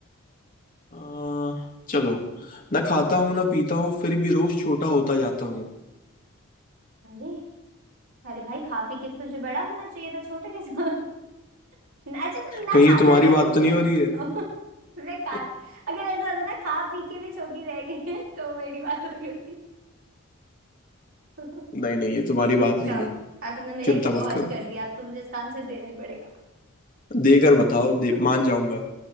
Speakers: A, on the left; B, on the right.
A: अह, चलो ना खाता हूँ ना पीता हूँ फिर भी रोज छोटा होता जाता हूँ
B: अरे अरे भाई खा पी के तो तुझे बड़ा होना चाहिए था छोटे कैसे हो? <laughs> ना- अच्छा तुम ना
A: कहीं
B: खाता
A: ये तुम्हारी
B: है ना
A: बात
B: पीते
A: तो नहीं
B: है
A: हो रही है
B: <laughs> मैं खा
A: <laughs>
B: अगर ऐसा होता ना खा पी के भी छोटी रह गई है तो मेरी बात हो रही होती <laughs>
A: नहीं नहीं ये तुम्हारी
B: अच्छा
A: बात नहीं
B: अब
A: है
B: तुमने मेरा
A: चिंता
B: ईगो
A: मत
B: हर्ट
A: करो
B: कर दिया अब तो मुझे इसका आंसर देना ही पड़ेगा
A: देकर बताओ दे
B: <laughs>
A: मान जाऊंगा